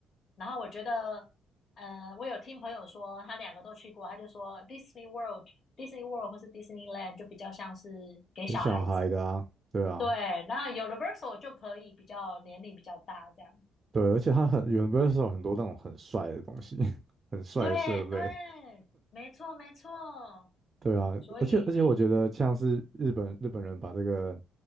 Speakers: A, on the left; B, on the right.
A: 然后我觉得，呃，我有听朋友说他两个都去过，他就说 Disney World、Disney World 或是 Disneyland 就比较像是给小孩子，
B: 有小孩的啊，对啊，
A: 对，那 Universal 就可以比较年龄比较大这样。
B: 对，而且它很 Universal 很多那种很帅的东西，<laughs> 很帅的设备，
A: 对对，没错没错，
B: 对啊，
A: 所以，
B: 而且而且我觉得像是日本日本人把这个
A: 嗯